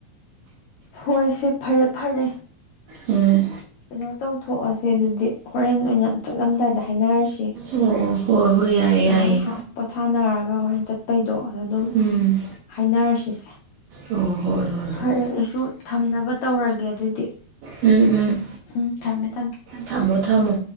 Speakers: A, on the left (about 80°); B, on the right (about 75°).
A: ꯍꯣꯏꯁꯦ ꯐꯔꯦ ꯐꯔꯦ
B: ꯎꯝ
A: ꯀꯩꯅꯣ ꯇꯧꯊꯣꯛꯑꯁꯦ ꯑꯗꯨꯗꯤ ꯍꯣꯔꯦꯟ ꯑꯣꯏꯅ ꯆꯠꯂꯝꯗꯥꯏꯗ ꯍꯥꯏꯅꯔꯁꯤ
B: ꯑꯣ ꯍꯣꯏ ꯍꯣꯏ ꯌꯥꯏꯌꯦ
A: ꯉꯍꯥꯛ
B: ꯌꯥꯏꯌꯦ
A: ꯉꯍꯥꯛ ꯄꯣꯊꯥꯅꯔꯒ ꯍꯣꯔꯦꯟ ꯆꯠꯄꯩꯗꯣ ꯑꯗ ꯑꯗꯨꯝ
B: ꯎꯝ
A: ꯍꯥꯏꯅꯔꯁꯤꯁꯦ
B: ꯑꯣ ꯍꯣꯏ ꯍꯣꯏ ꯍꯣꯏ
A: ꯐꯔꯦ ꯑꯩꯁꯨ ꯊꯝꯅꯕ ꯇꯧꯔꯒꯦ ꯑꯗꯨꯗꯤ
B: ꯑꯝ ꯑꯝ
A: ꯎꯝ ꯊꯝꯃꯦ ꯊꯝꯃꯦ
B: ꯊꯝꯃꯣ ꯊꯝꯃꯣ